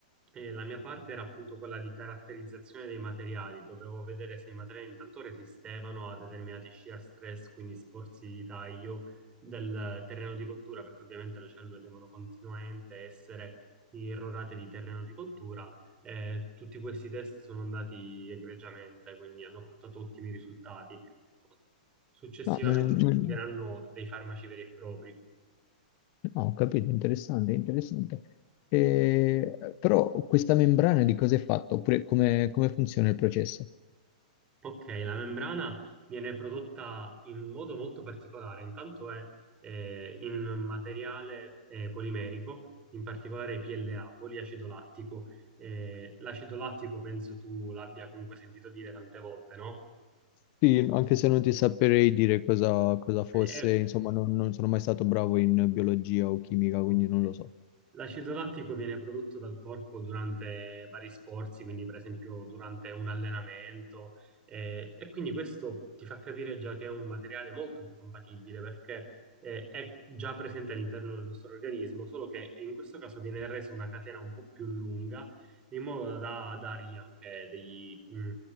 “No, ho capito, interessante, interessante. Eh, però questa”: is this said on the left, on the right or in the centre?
Left